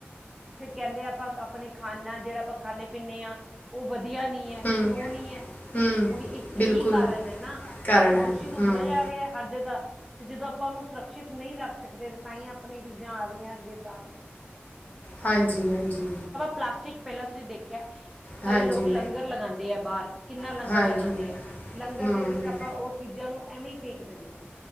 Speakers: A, in the centre; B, on the left.
A: ਫੇਰ ਕੈਂਦੇ ਅਪਾਂ ਅਪਨੇ ਖਾਨਾ ਜੜਾ ਅਪਾਂ ਖਾਨੇ-ਪੀਨੇ ਆ, ਓ ਵਦਿਆ ਨੀ ਐ,
B: ਹੂੰ
A: ਕਯੋਂ ਨੀ ਐ।
B: ਹੂੰ
A: ਓਹੀ ਇਸ ਏਹੀ
B: ਬਿਲਕੁਲ
A: ਕਾਰਨ ਐ ਨਾ,
B: ਕਾਰਨ
A: ਜੇ ਪ੍ਰਦੂਸ਼ਿਤ
B: ਹੈ
A: ਹੁੰਦਾ
B: ਹੂੰ
A: ਜਾ ਰੇ ਹੈ ਹਰ ਜਗ੍ਹਾ ਤੇ ਜਦੋਂ ਅਪਾਂ ਓਨੂੰ ਸ਼ੁਰਕਛਿਤ ਨਈ ਰੱਖ ਸਕਦੇ, ਤਾਂ ਈ ਅਪਨੀਆਂ ਚੀਜਾ ਆ ਰੇਆਂ ਅੱਗੇ ਸਾਮਨੇ।
B: ਹਾਂਜੀ-ਹਾਂਜੀ।
A: ਪਲਾਸਟਿਕ ਪੈਲਾਂ ਤੁਸੀ ਦੇਖੇਐ, ਕਈ
B: ਹਾਂਜੀ
A: ਲੋਕ ਲੰਗਰ ਲਗਾਨਦੇ ਐ ਬਾਰ ਕਿੰਨਾ ਲੰਗਰ
B: ਹਾਂਜੀ
A: ਲਗਾਦੇ ਐ। ਲੰਗਰ
B: ਹੂੰ
A: ਦੇ ਵਿਚ ਆਪਾਂ ਉਹ ਚੀਜਾ ਨੂੰ ਐਵੇਂ ਫੇਕ ਦਿੰਦੇ ਨੇ